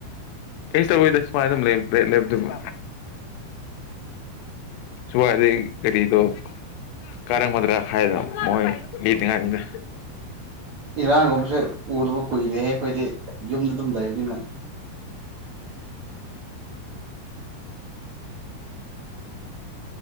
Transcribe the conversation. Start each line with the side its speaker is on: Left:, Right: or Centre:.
Left: ꯑꯩ ꯇꯧꯋꯤꯗ ꯁꯨꯃꯥꯏꯅ ꯑꯗꯨꯝ ꯂꯩꯕꯗꯨꯕ ꯁꯋꯥ ꯑꯗꯨꯦ ꯀꯔꯤꯗ ꯀꯔꯛ ꯃꯗ꯭ꯔ ꯍꯥꯏꯥꯏꯗꯅ ꯃꯣꯏ ꯂꯤꯇꯉꯥꯏꯁꯤꯗ
Right: ꯏꯔꯥꯡꯒꯨꯝꯕꯁꯦ ꯎꯗꯕꯨ ꯀꯨꯏꯔꯦꯍꯦ ꯑꯩꯈꯣꯏꯗꯤ ꯌꯨꯝꯗ ꯑꯗꯨꯝ ꯂꯩꯕꯅꯤꯅ <inaudible>